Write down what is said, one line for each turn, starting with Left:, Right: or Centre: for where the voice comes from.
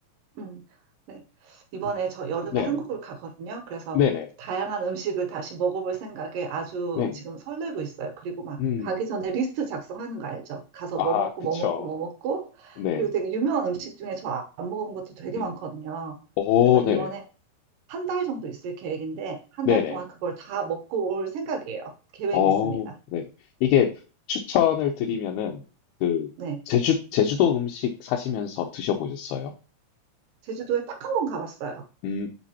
Right: 음, 네. 이번에
Left: 음,
Right: 저 여름에
Left: 네.
Right: 한국을 가거든요. 그래서
Left: 네네.
Right: 다양한 음식을 다시 먹어볼 생각에 아주
Left: 네네.
Right: 지금 설레고 있어요. 그리고 막
Left: 음.
Right: 가기 전에 리스트 작성하는 거 알죠? 가서
Left: 아,
Right: 뭐 먹고
Left: 그쵸.
Right: 뭐 먹고 뭐 먹고
Left: 네.
Right: 그리고 되게 유명한 음식 중에 저 안 먹어본 것도 되게
Left: 음.
Right: 많거든요.
Left: 오,
Right: 그래서 이번에
Left: 네네.
Right: 한 달 정도 있을 계획인데 한
Left: 네네.
Right: 달 동안 그걸 다 먹고 올 생각이에요. 계획이
Left: 어
Right: 있습니다.
Left: 네. 이게
Right: 네.
Left: 추천을 드리면은 그
Right: 네.
Left: 제주 제주도 음식 사시면서 드셔 보셨어요?
Right: 제주도에 딱 한 번 가봤어요.
Left: 음